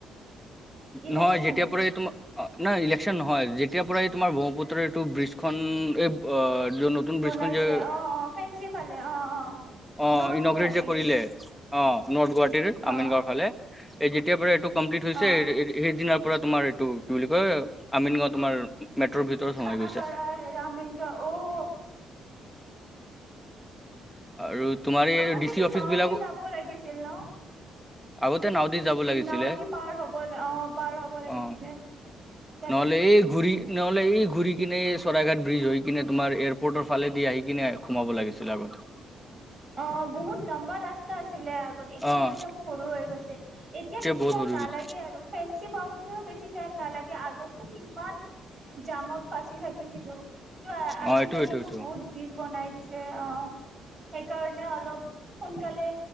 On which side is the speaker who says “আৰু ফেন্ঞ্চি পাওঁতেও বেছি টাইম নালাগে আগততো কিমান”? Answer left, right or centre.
Right